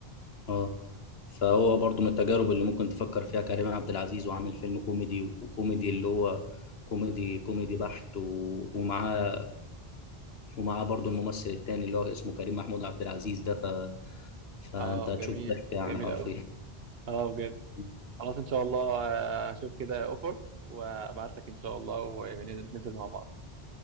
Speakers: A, on the left; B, on the right.
A: اه فهو برضو من التجارب اللي ممكن تفكر فيها كريم عبد العزيز وعامل فيلم كوميدي وكوميدي اللي هو كوميدي كوميدي بحت و- ومعاه ومعاه برضو الممثل التاني اللي هو اسمه كريم محمود عبد العزيز ده ف... فانت
B: اه
A: هتشوف
B: جميل
A: ضحك يعني
B: جميل
A: حرفيا
B: قوي اه بجد
A: <laughs>
B: خلاص ان شاء الله آه، اشوف كده اوفر وابعت لك ان شاء الله وننزل مع بعض